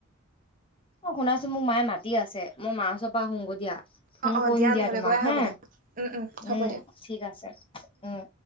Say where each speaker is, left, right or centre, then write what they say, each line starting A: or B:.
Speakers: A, on the left; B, on the right.
A: অ শুনাচোন মোৰ মায়ে মাতি আছে মই মাৰ ওৰ পৰা আহোঁগৈ দিয়া। ফোন
B: অ অ
A: কৰিম দিয়া
B: নহ'লে
A: তোমাক
B: গৈ আহাগৈ
A: হা
B: দিয়া। উম হ'ব
A: উম
B: দিয়া
A: ঠিক আছে উম।